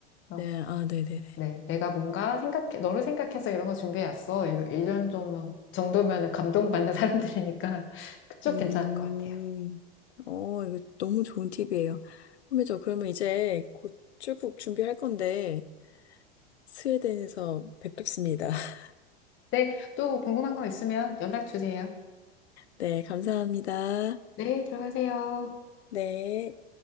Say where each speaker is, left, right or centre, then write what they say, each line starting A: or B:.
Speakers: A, on the left; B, on the left.
A: 그래서
B: 네, 아, 네네네.
A: 네, 내가 뭔가 생각해, 너를 생각해서 이런 거 준비해왔어. 이런 이런 정도, 정도면은 감동받는 <laughs> 사람들이니까 그쪽
B: 음,
A: 괜찮을 것 같아요.
B: 어, 이거 너무 좋은 팁이에요. 선배저 그러면 이제 곧 출국 준비할 건데, 스웨덴에서 뵙겠습니다. <laughs>
A: 네, 또 궁금한 거 있으면 연락 주세요.
B: 네, 감사합니다.
A: 네, 들어가세요.
B: 네.